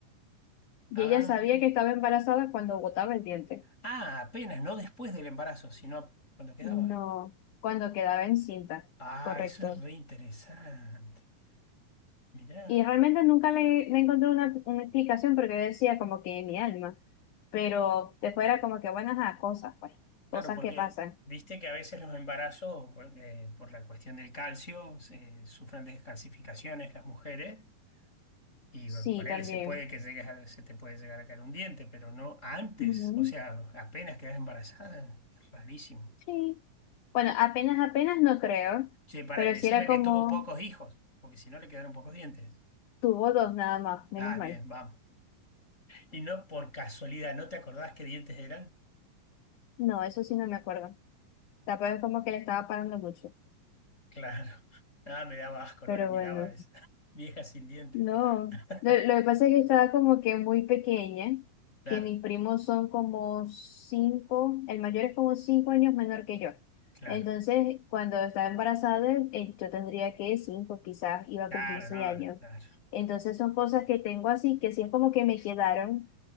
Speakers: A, on the left (about 70°); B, on the left (about 20°).
A: Y
B: Ah,
A: ella sabía que estaba embarazada cuando botaba el diente.
B: ah, apenas, no después del embarazo, sino cuando quedaba.
A: No, cuando quedaba encinta.
B: Ah,
A: Correcto.
B: eso es re interesante. Mirá.
A: Y realmente nunca le, le encontré una, una explicación porque yo decía como que mi alma. Pero después era como que, bueno, ajá, cosas, pues,
B: Claro,
A: cosas
B: porque
A: que pasan.
B: viste que a veces los embarazos, bueno, eh, por la cuestión del calcio, se, sufren descalcificaciones las mujeres y
A: Sí,
B: bueno, ponele,
A: también.
B: se puede que llegues a- se te puede llegar a caer un diente, pero no antes,
A: Mm,
B: o sea, apenas quedas embarazada, es rarísimo.
A: Sí. Bueno, apenas, apenas no creo,
B: Che, pará,
A: pero
B: y decime
A: si era
B: que
A: como
B: tuvo pocos hijos, porque si no le quedaron pocos dientes.
A: tuvo dos nada más, menos
B: Ah, bien,
A: mal.
B: vamos. Y no por casualidad, ¿no te acordás qué dientes eran?
A: No, eso sí no me acuerdo. Tampoco es como que le estaba parando mucho,
B: Claro. Nada, me daba asco,
A: pero
B: no la miraba
A: bueno,
B: esa. <laughs> Vieja sin dientes.
A: no.
B: <laughs>
A: Lo, lo que pasa es que estaba como que muy pequeña,
B: Claro,
A: que mis primos son como cinco, el mayor es como cinco años menor que yo.
B: claro.
A: Entonces, cuando estaba embarazada, eh, yo tendría que cinco, quizás iba
B: Claro,
A: a cumplir seis
B: no,
A: años.
B: claro.
A: Entonces son cosas que tengo así, que sí es como que me quedaron